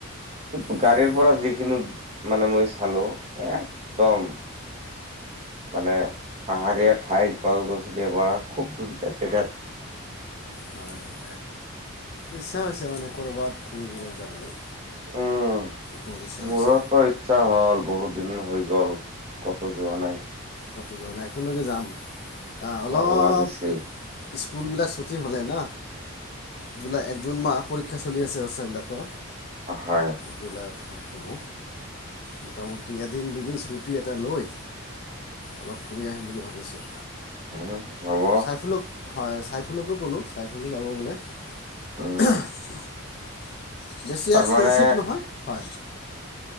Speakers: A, on the right; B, on the left.
A: কিন্ত
B: হুম
A: গাড়ীৰ পৰা যিখিনি। মানে মই চি। চালো একদম মানে পাহাৰীয়া ঠাই গছ- গছনি। <unintelligible> খুব ধুনীয়া দেখাত।
B: হয় হয় ইচ্ছা হৈছে মানে কৰবাত ফুৰিবলৈ যাবলৈ।
A: উম
B: বহুত ইচ্ছা হৈছে
A: মোৰতো ইচ্ছা হ'ল বহুত দিন হৈ গ'ল ক'তো যোৱা নাই।
B: ক'ত যোৱা নাই একেলগে যাম। অ অলপ
A: যাব লাগিছিল
B: স্কুলবিলাক ছুটি। হ'লে ন? জুলাই জুন মাহ পৰীক্ষা চলি আছে বাতচা বিলাকৰ।
A: হয়
B: জুলাইত। শেষ হ'ব মোটামুটি এদিন দুদিন ছুটি এটা লৈ অলপ ফুৰি আহিম বুলি ভাবিছোঁ।
A: উম হ'ব
B: চাইফুলক। হয় চাই। ফুলকো ক'লোঁ চাইফুলো যাব বোলে।
A: উম
B: <unintelligible> বেছি
A: তাৰমানে
B: এক্সপেনচিভ নহয় হয়।